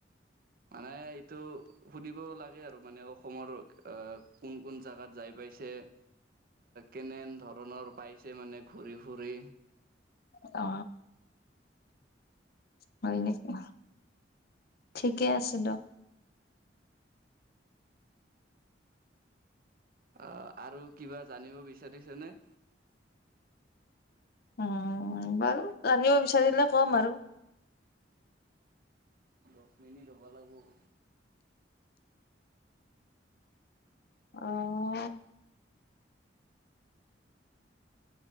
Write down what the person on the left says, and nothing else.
অ। হয় নেকি ঠিকে আছে দ।
উম বাৰু জানিব বিচাৰিলে কম আৰু।
অ।